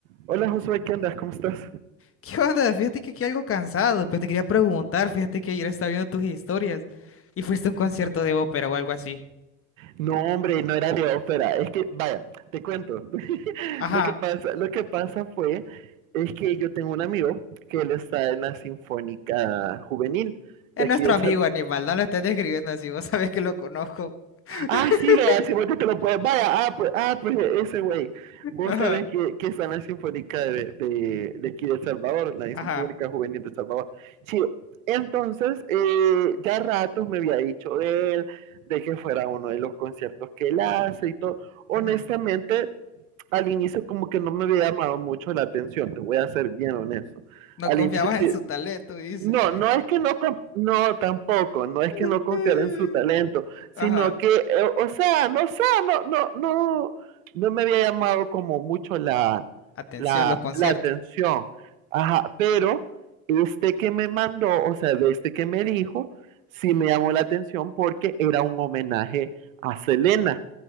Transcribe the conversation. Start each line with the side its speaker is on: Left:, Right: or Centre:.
Right: Hola Josué, ¿qué andas? ¿Cómo estás?
Left: ¿Qué onda? Fíjate que aquí algo cansado, pero te quería preguntar, fíjate que ayer estaba viendo tus historias y fuiste a un concierto de ópera o algo así.
Right: No, hombre, no era de ópera. Es que, vaya, te cuento. <laughs>
Left: Ajá,
Right: lo que pasa, lo que pasa fue es que yo tengo un amigo que él está en la Sinfónica Juvenil
Left: es
Right: de
Left: nuestro
Right: aquí de,
Left: amigo
Right: Sa-
Left: Aníbal, no lo estás describiendo así, vos sabés que lo conozco. <laughs>
Right: Ah, sí, vea, si vos te lo puedes. Vaya, ah, pues, ah, pues e-, ese güey. Vos
Left: Ajá,
Right: sabés que, que está en la Sinfónica de, de, de aquí de El Salvador, la
Left: ajá,
Right: Sinfónica Juvenil de El Salvador. Chido. Entonces, eh, ya ratos me había dicho él de que fuera uno de los conciertos que él hace y todo. Honestamente,
Left: ujú.
Right: al inicio como que no me había llamado mucho la atención, te voy a ser bien honesto.
Left: No
Right: Al
Left: confiabas
Right: inicio sí,
Left: en su talento, dice.
Right: no, no es que no, conf- no tampoco, no es que no
Left: <laughs>
Right: confiar en su talento, sino
Left: Ajá,
Right: que, eh, o sea, no sé, no, no, no, no me había llamado como mucho la,
Left: atención,
Right: la,
Left: los conciertos.
Right: la atención. Ajá, pero este que me mandó, o sea, de este que me dijo, sí me llamó la atención porque era un homenaje a Selena,